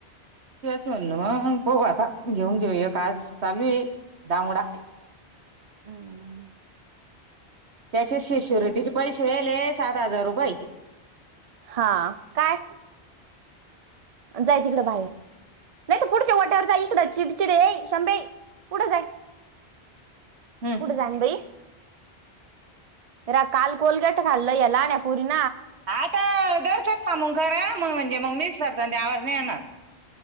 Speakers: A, on the right; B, on the right.
A: च म्हणल मग पाह आता घेऊन घेऊया आज चालू आहे. डामुडा.
B: हम्.
A: त्याचे शिशर तिचे पैसे वले सात हजार रुपये. <inaudible>
B: हा काय जाय तिकड बाहेर... नाही तर पुढच्या वाट्यावर जा इकड चिडचिडे आहे शंभे पुढे जाय.
A: हम्म
B: पुढ जान बाई. रा काल कोलगेट खाल्ल या लहण्या या पोरीणी
A: आत जरशक थामुन करा मग म्हणजे मग मिक्सरचा ते आवाज नाही येणार.